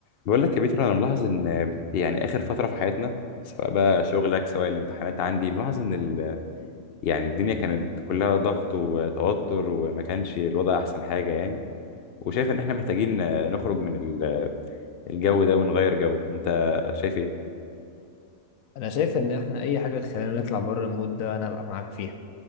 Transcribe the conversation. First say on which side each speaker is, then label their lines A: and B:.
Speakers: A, on the left; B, on the left.
A: بقول لك يا بيتر انا ملاحظ ان يعني اخر فتره في حياتنا سواء بقى شغلك سواء الامتحانات عندي ملاحظ ان ال... يعني الدنيا كانت كلها ضغط وتوتر وما كانش الوضع احسن حاجه يعني وشايف ان احنا محتاجين نخرج من ال- الجو ده ونغير جو انت شايف ايه
B: انا شايف ان احنا اي حاجه تخلينا نطلع بره المود ده انا هبقى معاك فيها